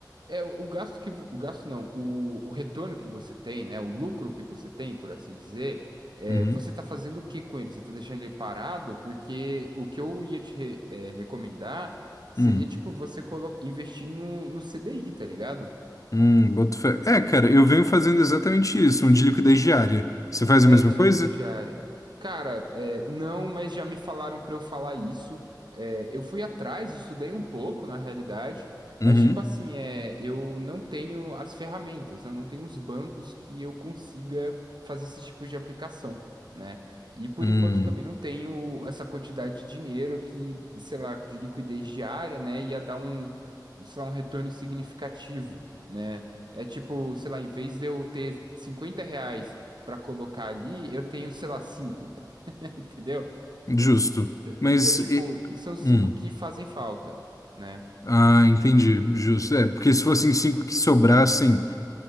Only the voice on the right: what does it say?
É, o o gasto que, vo- o gasto não, o, o retorno que você tem, né, o lucro que você tem, por assim dizer, é,
você está fazendo o que com ele? Você está deixando ele parado? Porque o que eu ia te re- é, recomendar seria,
tipo, você colo- investir no, no CDI, tá ligado?
É,
de
liquidez diária. Cara, é, não, mas já me falaram pra eu falar isso. É, eu fui atrás, estudei um pouco, na realidade,
mas tipo assim, é, eu não tenho as ferramentas, né? Não tenho os bancos que eu consiga fazer esse tipo de aplicação, né? E por
enquanto também não tenho essa quantidade de dinheiro que, sei lá, de liquidez diária, né? Ia dar um, sei lá, um retorno significativo, né? É tipo, sei lá, em vez de eu ter 50 reais para colocar ali, eu tenho, sei lá, cinco, <laughs> entendeu?
Então,
então, tipo,
e são cinco
que fazem falta, né?